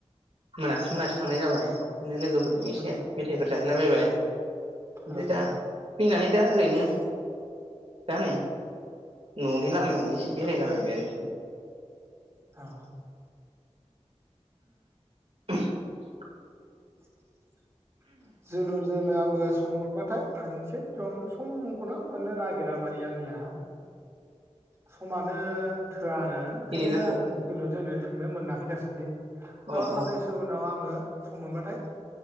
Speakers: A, on the right; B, on the right.
A: मोनासि मोनासि थांनाय जाबाय बिदिनो लोगोफोरजों एसे
B: औ
A: मेथाइफोर जाहैलाबायबाय। ओमफ्राय
B: औ
A: दा फैनानै दा ओरैनो दा नै न'नि लामायावनो एसे बेरायलाबायबाय आरोखि दा
B: औ
A: <inaudible>
B: <inaudible> जोलुर जोनो आंबो सम मोनबा थाय थांनोसै जम समखौनो मोननो नागिरा माने आंनिया समानो थोआ आरो ओंखायनो
A: गेलेनांगौ
B: आं जोलुर जोनो थांनो मोनाखै दासान्दि र'
A: औ
B: साननैसो
A: औ
B: उनाव आङो सम मोनबाथाय